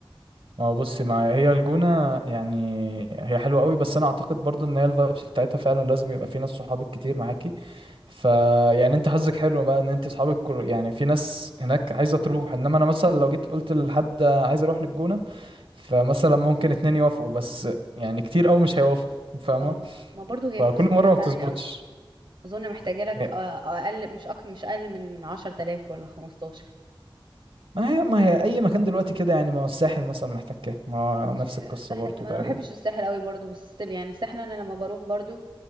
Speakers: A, on the right (about 75°); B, on the right (about 55°).
A: ما هو بصي معايا هي الجونة يعني هي حلوة قوي بس انا اعتقد برضو ان هي الفايبس بتاعتها فعلا لازم يبقى في ناس صحابك كتير معاكي فيعني انت حظك حلو بقى ان انت اصحابك كل يعني في ناس هناك عايزه تروح انما انا مثلا لو جيت قلت لحد عايز اروح للجونه فمثلا ممكن اتنين يوافقوا بس يعني كتير قوي مش هيوافقوا
B: <laughs>
A: فاهمه
B: اه ما برضو هي
A: فكل
B: فلوسها
A: مره
B: غالية
A: ما
B: فعلا
A: بتظبطش
B: قوي أظن محتاجة لك
A: هي-
B: أ- أقل مش أكتر مش أقل من عشرة آلاف ولا خمستاشر
A: ما هي ما هي اي مكان دلوقتي كده يعني ما هو الساحل مثلا محتاج كده ما
B: ماشي
A: هو نفس القصه
B: الساحل
A: برضو
B: ما أنا
A: تقريبا
B: ما بحبش الساحل قوي برضو بس still يعني الساحل أنا لما بروح برضو